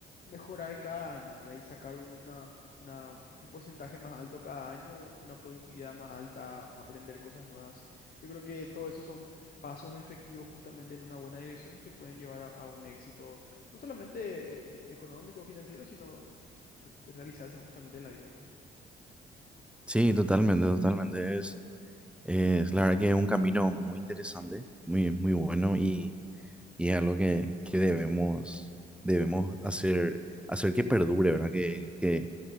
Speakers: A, on the left (about 50°); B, in the centre.
A: mejorar cada año, ¿verdad? Y sacar un, una, una- un porcentaje más alto cada año, una productividad más alta, aprender cosas nuevas. Yo creo que todo eso son pasos efectivos justamente en una buena dirección que pueden llevar a, a un éxito, no solamente eh, eh, económico o financiero, sino re- realizarse justamente en la vida, ¿verdad?
B: Sí, totalmente, totalmente. Es, es la verdad que es un camino muy interesante, muy, muy bueno y, y es algo que, que debemos, debemos hacer, hacer que perdure, ¿verdad? Que, que